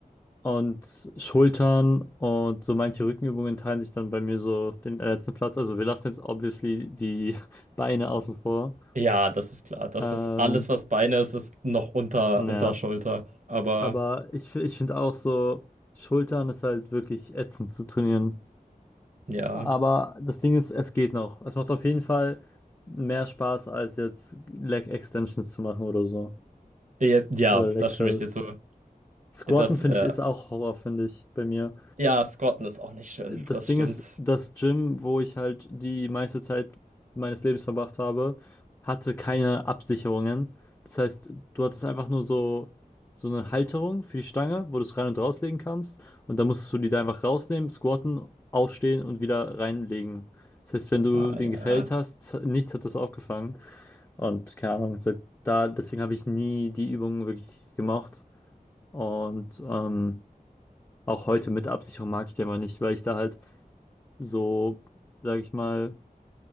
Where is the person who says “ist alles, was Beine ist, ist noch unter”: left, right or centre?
Right